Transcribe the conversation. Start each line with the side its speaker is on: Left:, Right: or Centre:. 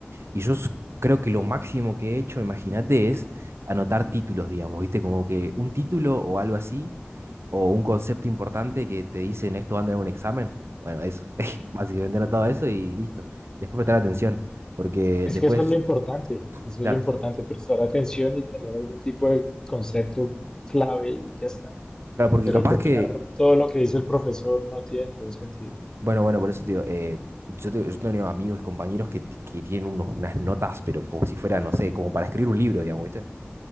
Right: y yo s- creo que lo máximo que he hecho, imagínate, es anotar títulos, digamos, ¿viste? Como que un título o algo así, o un concepto importante que te dicen esto va a andar en un examen. Bueno, eso, <laughs>
Left: Sí.
Right: básicamente anotado eso y listo. Después prestar atención, porque
Left: Es
Right: después,
Left: que eso es lo importante, eso
Right: claro,
Left: es lo importante, prestar atención y tener algún tipo de concepto clave y ya está.
Right: claro, porque
Left: Pero
Right: capaz
Left: copiar
Right: que
Left: todo lo que dice el profesor no tiene ningún sentido.
Right: Bueno, bueno, por eso, tío, eh, yo, te- yo tengo amigos y compañeros que, que tienen unos- unas notas, pero como si fuera, no sé, como para escribir un libro, digamos, ¿viste?